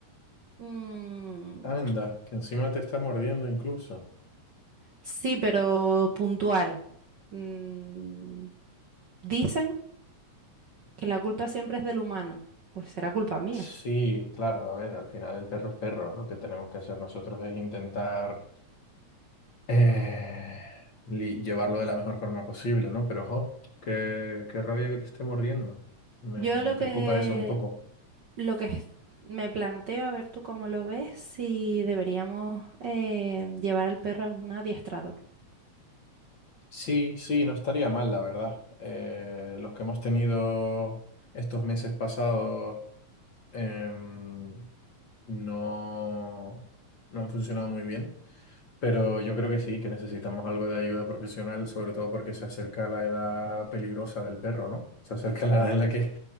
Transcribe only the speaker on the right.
mm,
sí, pero puntual. Mm, dicen. que la culpa siempre es del humano, pues será culpa mía.
Yo
lo
que,
lo que es- me planteo, a ver tú cómo lo ves, si deberíamos eh, llevar al perro a algún adiestrador.
Mm,